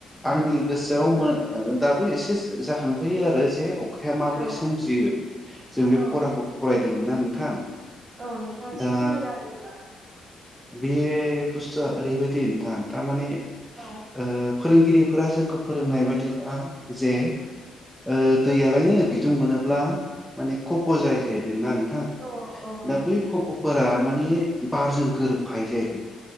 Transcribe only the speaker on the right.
औ
औ
औ नोंथाङा एसे
फोरमायनो होदो होनबा?
औ
औ औ
नंगौ नोंथां